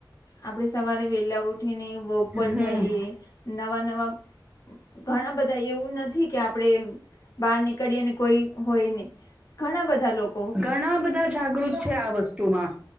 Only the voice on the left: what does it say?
આપણે સવારે વેલા ઉઠીને વોક
પર જઈએ, નવા નવા ઘણા બધા એવું નથી કે આપણે બાર નીકળીએ ને કોઈ હોય નહીં. ઘણા બધા લોક